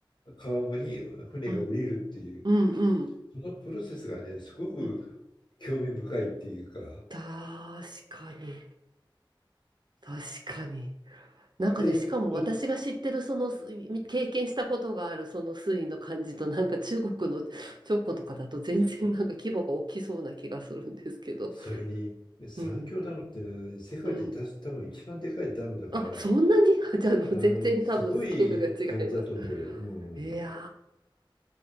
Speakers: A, on the left (about 60°); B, on the right (about 55°).
A: 川面に船が降りるっていう
B: ん、うん、うん。
A: そのプロセスがねすごく
B: うん
A: 興味深いっていうか
B: 確かに、確かに。なんかで、
A: でと
B: しかも私が知ってる、その、す経験したことがある、その水位の感じと、なんか中国の長江 <laughs> とかだと全然なんか規模が大きそうな気がするんですけど。
A: それに三峡ダムっていうのは世界で多分一番でかいダムだから
B: うん、うん。あ、そんなにあ <laughs> じゃあもう全然多分スケールが違います。
A: あの、すごい感じだと思うよ。うん。
B: いや